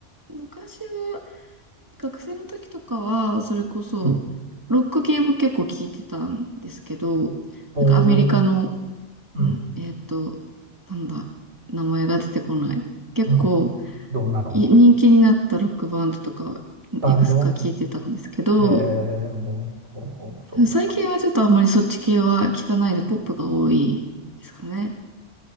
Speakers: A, on the right; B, on the right.
A: 昔は、学生の時とかは、それこそ、
B: うん。
A: ロック系も結構聞いてたんですけど、
B: おお
A: なんかアメリカの、
B: うん。
A: ん、えーっと、なんだ、名前が出てこない。結構、
B: うん。どんなの
A: い人気になったロックバンドとか、
B: バンド
A: いくつか聞いてたんですけど、
B: ええもう、ほうほう、そうですか。
A: 最近はちょっとあんまりそっち系は聞かないで、ポップが多いですかね。